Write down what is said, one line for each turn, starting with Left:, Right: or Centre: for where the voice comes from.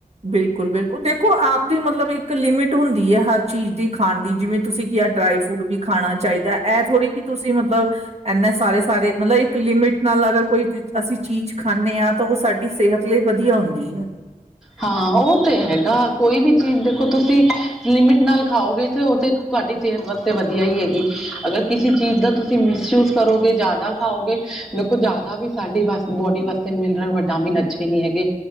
Right: ਬਿਲਕੁਲ- ਬਿਲਕੁਲ ਦੇਖੋ ਆਪ ਦੀ ਮਤਲਬ ਇੱਕ ਲਿਮਿਟ ਹੁੰਦੀ ਏ, ਹਰ ਚੀਜ਼ ਦੀ ਖਾਣ ਦੀ, ਜਿਵੇਂ ਤੁਸੀਂ ਕੀ ਆ ਡਰਾਈ ਫਰੂਟ ਵੀ ਖਾਣਾ ਚਾਹੀਦਾ। ਇਹ ਥੋੜੀ ਕਿ ਤੁਸੀਂ ਮਤਲਬ ਐਨਾ ਸਾਰੇ -ਸਾਰੇ ਮਤਲਬ ਇੱਕ ਲਿਮਿਟ ਨਾਲ ਅਗਰ ਕੋਈ ਅਸੀਂ ਚੀਜ਼ ਖਾਂਨੇ ਆ। ਤਾਂ ਉਹ ਸਾਡੀ ਸਿਹਤ ਲਈ ਵਧੀਆ ਹੁੰਦੀ ਐ।
Centre: ਹਾਂ। ਉਹ ਤੇ ਹੈਗਾ, ਕੋਈ ਵੀ ਚੀਜ਼ ਦੇਖੋ ਤੁਸੀਂ ਲਿਮਿਟ ਨਾਲ ਖਾਓਗੇ ਤੇ ਉ ਤੇ। ਤੁਹਾਡੀ ਸਿਹਤ ਵਾਸਤੇ ਵਧੀਆ ਹੀ ਹੈਗੀ। ਅਗਰ ਕਿਸੇ ਚੀਜ਼ ਦਾ ਤੁਸੀਂ ਮਿਸਯੂਜ ਕਰੋਗੇ, ਜ਼ਿਆਦਾ ਖਾਓਗੇ ਦੇਖੋ। ਜ਼ਿਆਦਾ ਵੀ ਸਾਡੀ ਬੋਡੀ ਵਾਸਤੇ ਮਿਨਰਲ, ਵਿਟਾਮਿਨ ਅੱਛੇ ਨਹੀਂ ਹੈਗੇ।